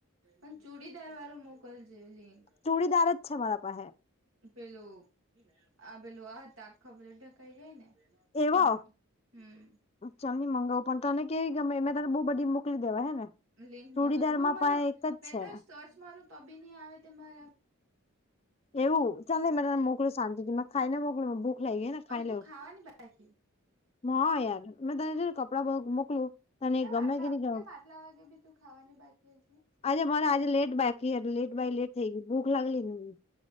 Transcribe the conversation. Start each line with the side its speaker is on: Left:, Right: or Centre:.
Right: અને ચુડીદાર વાળું મોકલજે લિંક
Left: ચોરીદાર જ છે મારા પાયે
Right: પેલું આ પેલું આ હતા આખા પેલું આ <unintelligible> થઈ જાય ને
Left: એવો
Right: કેમાં હમ્મ.
Left: ચાલ ની મંગાવું પણ તને કેવી ગમે મે તને બહુ બધી મોકલી દેવા હે ને
Right: લિંક
Left: ચુડીદારમાં
Right: મોકલજે ન મળ્યો
Left: પણ એક જ
Right: મે
Left: છે
Right: તો સર્ચ મારું તો ભી નહીં આવે તો તમારા,
Left: એવું ચાલને મે તને મોકલ શાંતિથી મે ખાઈને મોકલું બધું, લઈ ગયાને ખાઈ
Right: હજુ તું
Left: લેવું
Right: ખાવાની બાકી
Left: પહા યાર મેં તને જો કપડા મોકલું. તને
Right: કેમ
Left: ગમે
Right: આટલા
Left: કે નહી ગમે
Right: કેમ આટલા વાગે ભીતું ખાવાની બાકી હશે.
Left: આજે મારા આજે લેટ બેઠી લેટ બાયલેટ થઈ ગઈ ભૂખ લાગલી હતી, મને